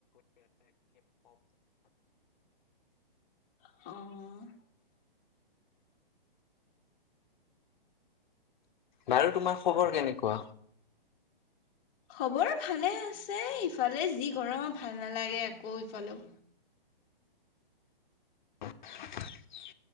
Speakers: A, on the left; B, on the left.
A: অ
B: বাৰু তোমাৰ খবৰ কেনেকুৱা
A: খবৰ ভালে আছে ইফালে যি গৰম ভাল নালাগে আকৌ ইফালেও
B: <inaudible>